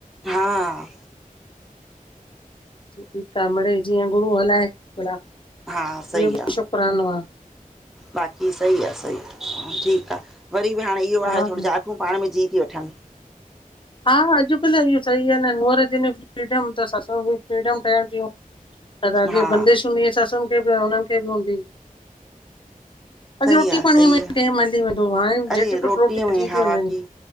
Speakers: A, in the centre; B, on the left (about 35°).
A: हा।
B: ठीकु आ मिड़ई जीअं गुरू हलाए भला।
A: हा सही
B: इहो बि
A: आ,
B: शुकरानो आहे
A: बाक़ी सही आ सही आ ठीक आ वरी बि हाणे इह्यो
B: हा
A: आहे थोड़ो जाहिफूं पांण में जीउ तियूं वठनि।
B: हा अुकल्ह इह्यो सही आ नुहर जनि फ्रीडम त ससु बि फ्रीडम ठहनि तियूं। न त अॻे
A: हा
B: बंदिश हूंदी ससुनि खे बि अंउं हुननि खे बि हूंदी ही। अॻे
A: सही
B: रोटीअ
A: आ
B: पांणीअ
A: सही
B: में
A: आ।
B: टाइम हली वेंदो हो हांणे
A: अरे
B: झट
A: रोटीअ
B: पटु रोटी
A: में
B: थी
A: हा
B: ती वंञंनि।
A: बाक़ी